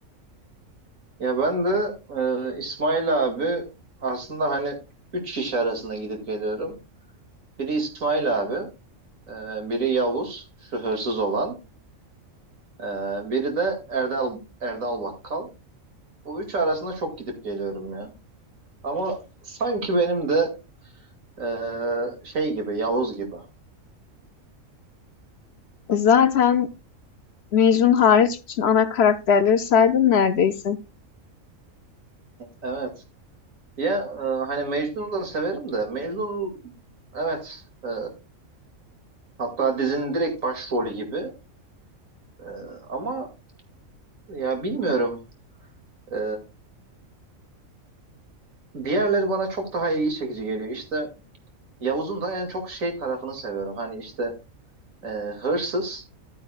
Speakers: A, on the right; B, on the left.
A: Ya ben de e, İsmail abi aslında hani üç kişi arasında gidip geliyorum. Biri İsmail abi. Ee, biri Yavuz, şu hırsız olan. Ee, biri de Erdal, Erdal Bakkal. Bu üç arasında çok gidip geliyorum ya. Ama sanki benim de ee, şey gibi, Yavuz gibi.
B: Zaten Mecnun hariç bütün ana karakterleri saydın neredeyse.
A: Evet. Ya e, hani Mecnun'u da severim de Mecnun evet e, hatta dizinin direkt başrolü gibi. E, ama ya bilmiyorum. E, diğerleri bana çok daha ilgi çekici geliyor. İşte Yavuz'un da en çok şey tarafını seviyorum. Hani işte e, hırsız